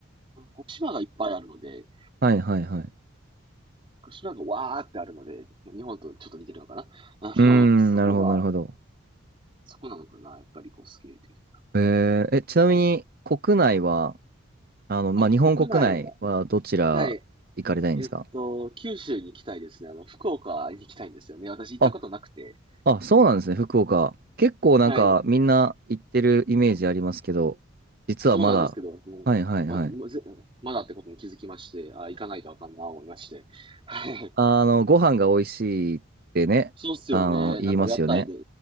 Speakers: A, on the right; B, on the right.
A: こう島がいっぱいあるので、
B: はい、はい、はい。
A: こう島がわーってあるので、まあ日本とちょっと似てるのかな。あの、
B: うーん、
A: そこが、
B: なるほど、なるほど。
A: そこなのかな、やっぱりこうスケール的に。
B: えーえ、ちなみに国内は、
A: はい。
B: あの、まあ、
A: あ、
B: 日本国内はどちら行かれたいんですか
A: 国内は、はい。えっと、九州に行きたいですね。あの、福岡に行きたいんですよね。私行ったことなくて。
B: あ、あ、そうなんですね、福岡。結構なんかみんな行ってるイメージありますけど、
A: はい。
B: 実はまだ、
A: そうなんですけど、うん、
B: はいはいはい。
A: ま、ま、ぜまだってことに気づきまして、あ、行かないとあかんな思いまして。はい。
B: あの、ご飯が美味しいってね、
A: そうっすよね。
B: あの、言いますよね。
A: なんか屋台で、